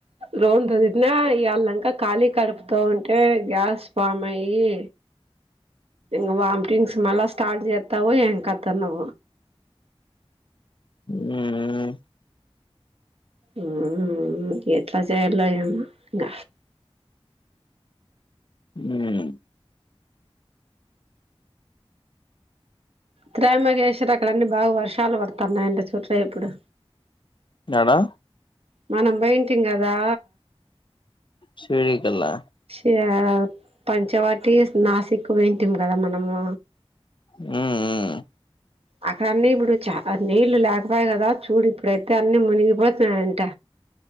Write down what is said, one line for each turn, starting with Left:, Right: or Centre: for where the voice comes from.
Right: రొంత తిట్టిన ఇవాళ్ళంక ఖాళీ కడుపుతా ఉంటే గ్యాస్ ఫామ్ అయి ఇ వామిటింగ్స్ మల్ల స్టార్ట్ చేస్తావో ఎంకతనో
Left: నేనెమి
Right: ఉమ్మ్ ఎట్లా చేయలో ఏమో ఇంగ
Left: ఉమ్మ్
Right: త్రయంబకేశ్వర్ అక్కడ అన్నీ బాగా వర్షాలు పడుతున్నాయంట చూడ్రా ఇప్పుడు
Left: యడా
Right: మనం పోయింటిం కదా
Left: షిరిడి కల్లా
Right: షా పంచవాటి నాసిక్ పోయింటిమి కదా మనము
Left: ఉమ్మ్ ఉమ్మ్
Right: అక్కడ అన్నీ ఇప్పుడు చా నీళ్లు లేకపాయా కదా చూడు ఇప్పుడైతే అన్ని మునిగిపోతున్నాయంట